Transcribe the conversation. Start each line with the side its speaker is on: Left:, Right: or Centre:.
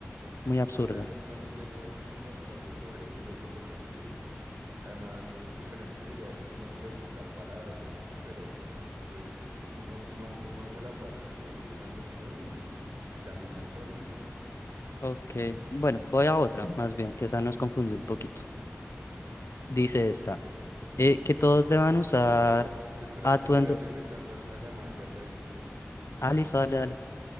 Left: Muy absurda.
Right: no sé, no, no sé go- cómo, dónde coger el hilo por lo que tú dices. Además, diferente sería es que no puedes usar palabras o algo así, pero... pues sí, uno, uno, uno se la pasa escribiendo usando sinónimos, ¿no? Y también antónimos.
Left: Ok, bueno, voy a otra, más bien, que esa nos confundió un poquito. Dice esta, eh, que todos deban usar
Right: Ah, espera,
Left: atuendo.
Right: ¿qué te iba a decir? Me está entrando una llamada, ya te aviso, ¿sí?
Left: Ah, listo, dale, dale.